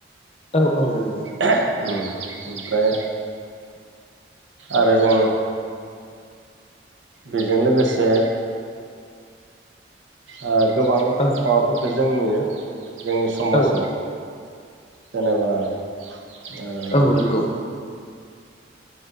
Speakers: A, on the left; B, on the right.
A: औ औ नंगौ
B: ओम ओमफ्राय आरो जों बेजों लोगोसे ओ गोबां माबाफोरखौ
A: औ
B: जों नुयो जोंनि समाजाव
A: औ
B: जेनेबा ओ
A: औ नंगौ